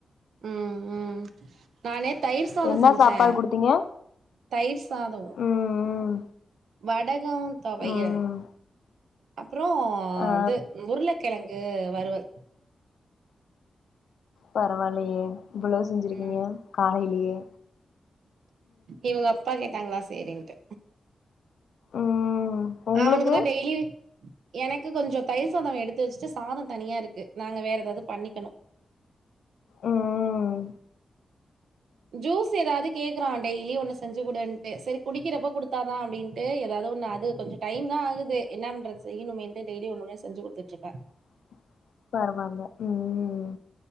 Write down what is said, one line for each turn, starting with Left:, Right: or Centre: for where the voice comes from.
Right: ம் ம் நானே தயிர் சாதோ
Left: என்ன
Right: செஞ்செ
Left: சாப்பாடு குடுத்தீங்க
Right: தயிர் சாதோ
Left: ம்
Right: வடகோ தொவையல்
Left: ம்
Right: அப்றோ
Left: ஆ ஆ
Right: வந்து உர்ளக்கெழங்கு வருவல்
Left: பரவால்லயே இவ்வளோ செஞ்சிருக்கீங்க
Right: ம்
Left: காலயிலயே
Right: இவங்க அப்பா கேட்டாங்களா செரின்ட்டே
Left: ம் உங்களுக்கு
Right: அவனுக்குதா டெய்லியூ எனக்கு கொஞ்சோ தயிர் சாதோ எடுத்து வெச்ட்டு சாதோ தனியா இருக்கு நாங்க வேற ஏதாது பண்ணிக்கணோ
Left: ம் ஹூம்
Right: ஜூஸ் ஏதாது கே நா டெய்லி ஒன்னு செஞ்சு குடுன்டு செரி குடிக்கறப்ப குடுத்தாதா அப்டின்ட்டு ஏதாது ஒன்னு அது கொஞ்சோ டைம் தா ஆகுது என்ன பண்றது செய்யணுமேன்தெ டெய்லி ஒன்னு ஒன்னூ செஞ்சு குடுத்துட்டு இருக்கே
Left: <inaudible> பரவால ம் ம்